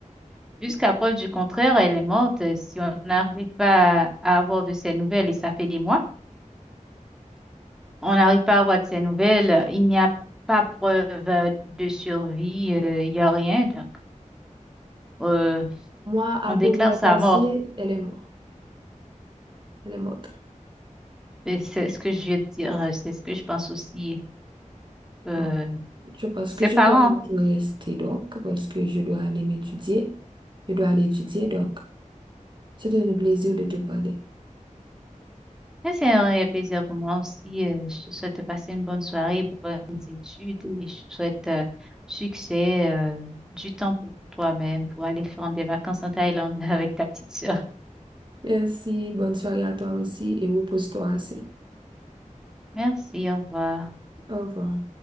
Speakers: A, in the centre; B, on the right (about 35°).
A: <laughs> Jusqu'à preuve du contraire, elle est morte. Euh, Si on n'arrive pas à avoir de ses nouvelles, et ça fait des mois, on n'arrive pas à avoir de ses nouvelles, euh, il n'y a pas preuve euh, de survie, euh, il n'y a rien. Donc, euh,
B: Moi, à
A: on
B: première
A: déclare sa
B: pensée,
A: mort.
B: elle est morte. Elle est morte.
A: Et C'est ce que je veux dire, euh, c'est ce que je pense aussi. Euh,
B: Bon, je pense
A: ses
B: que je
A: parents.
B: dois donc rester donc, parce que je dois aller m'étudier. Je dois aller étudier donc. C'était un plaisir de te parler.
A: Mais C'est un réel plaisir pour moi aussi. Euh, Je te souhaite de passer une bonne soirée, bonnes études et je te souhaite euh, succès, euh, du temps pour toi-même pour aller faire des vacances en Thaïlande <laughs> avec ta petite sœur.
B: Merci, bonne soirée à toi aussi et repose-toi assez.
A: Merci, au revoir.
B: Au revoir.